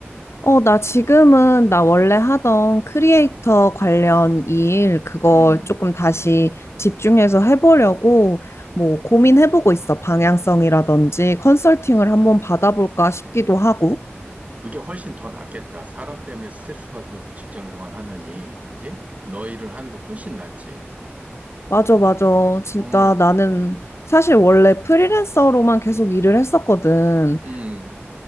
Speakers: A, on the left; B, on the right.
A: 어, 나 지금은 나 원래 하던 크리에이터 관련 일, 그걸
B: 음.
A: 조금 다시 집중해서 해보려고, 뭐, 고민해보고 있어. 방향성이라든지 컨설팅을 한번 받아볼까 싶기도 하고.
B: 그게 훨씬 더 낫겠다. 사람 때문에 스트레스 받으면서 직장 생활 하느니. 그지? 너 일을 하는 게 훨씬 낫지.
A: 맞아, 맞아. 진짜
B: 어,
A: 나는 사실 원래 프리랜서로만 계속 일을 했었거든.
B: 음,